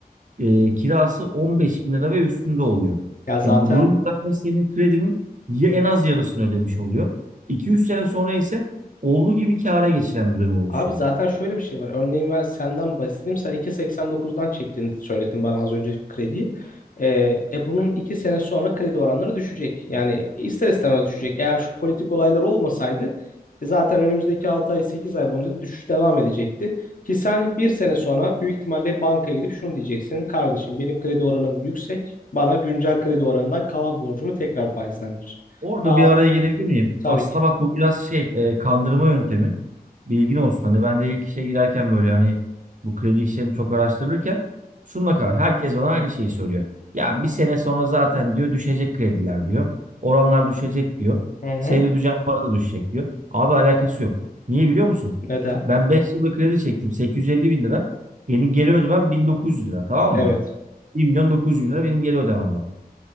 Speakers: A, on the right; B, on the left.
A: e, kirası 15 bin lira ve üstünde oluyor.
B: Ya zaten
A: E, bu durumda zaten senin kredinin ya en az yarısını ödemiş oluyor. 2 üç sene sonra ise olduğu gibi kâra geçiren bir durum oluşuyor.
B: Abi zaten şöyle bir şey var. Örneğin ben senden bahsedeyim. Sen 2.89'dan çektiğini söyledin bana az önce krediyi. Ee, e bunun 2 sene sonra kredi oranları düşecek. Yani ister istemez düşecek. Eğer şu politik olaylar olmasaydı e, zaten önümüzdeki 6 ay 8 ay boyunca da düşüş devam edecekti. Ki sen bir sene sonra büyük ihtimalle bankaya gidip şunu diyeceksin. Kardeşim benim kredi oranım yüksek. Bana güncel kredi oranından kalan borcumu tekrar faizlendir.
A: Orada
B: Daha
A: bir araya girebilir miyim?
B: tabii
A: Aslında
B: ki.
A: bak bu biraz şey e, kandırma yöntemi. Bilgin olsun. Hani ben de ilk işe girerken böyle hani bu kredi işlerini çok araştırırken şununla kar herkes bana aynı şeyi söylüyor. Ya bir sene sonra zaten diyor düşecek krediler diyor. Oranlar düşecek diyor.
B: Hı hı.
A: Senin ödeyeceğin para da düşecek diyor. Abi alakası yok. Niye biliyor musun?
B: Neden?
A: Ben 5 yıllık kredi çektim 850 bin lira. Benim geri ödemem 1900 lira tamam
B: Evet.
A: mı? 1 milyon 900 bin lira benim geri ödemem var.